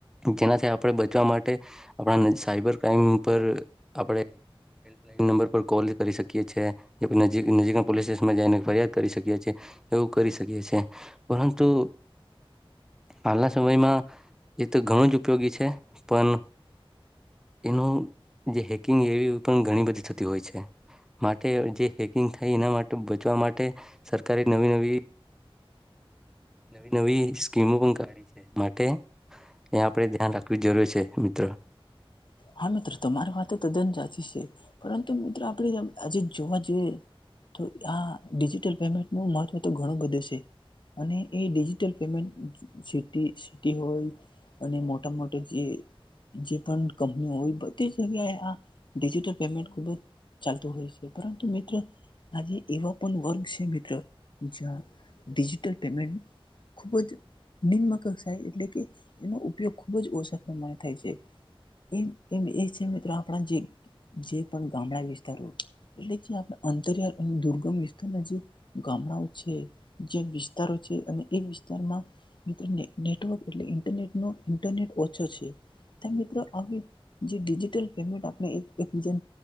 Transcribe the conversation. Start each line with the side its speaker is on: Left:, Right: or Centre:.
Centre: જેનાથી આપણે બચવા માટે આપણા ન સાયબર ક્રાઈમ પર આપણે હેલ્પલાઈન નંબર પર કોલ કરી શકીએ છે કે નજીકના પોલીસ સ્ટેશનમાં જાઈને ફરિયાદ કરી શકીએ છે એવું કરી શકીએ છે પરંતુ હાલના સમયમાં એ તો ઘણું જ ઉપયોગી છે. પણ એનું જે હેકિંગ એવી પણ ઘણી બધી થતી હોય છે માટે જે હેકિંગ થાય એના માટે બચવા માટે સરકારે નવી નવી નવી નવી સ્કીમો પણ કાયઢી છે માટે એ આપડે ધ્યાન રાખવી જરૂરી છે. ટ
Left: હા મિત્રો તમારી વાત તો તદ્દન સાચી છે પરંતુ મિત્રો આપણે આજે જોવા જઈએ તો આ ડિજિટલ પેમેન્ટનું મહત્વ તો ઘણું બધું છે અને એ ડિજિટલ પેમેન્ટ સિટી સિટી હોય અને મોટા મોટા જે પણ કંપની હોય બધી જગ્યાએ આ ડિજિટલ પેમેન્ટ ખૂબ જ ચાલતું હોય છે પરંતુ મિત્ર આજે એવા પણ વર્ગ છે મિત્ર જ્યાં ડિજિટલ પેમેન્ટ ખૂબ જ નિમ્ન કક્ષાએ એટલે કે એનો ઉપયોગ ખૂબ જ ઓછા પ્રમાણે થાય છે. એમ એ આપણા જે જે પણ ગામડા વિસ્તારો એટલે જે આપ અંતરિયાળ અને દુર્ગમ વિસ્તારના જે ગામડાઓ છે જે વિસ્તારો છે અને એ વિસ્તારમાં મિત્ર નેટવર્ક એટલે ઇન્ટરનેટનો ઇન્ટરનેટ ઓછો છે મિત્રો આવી જે ડિજીિટલ પેમેન્ટ આપણે એકબીજા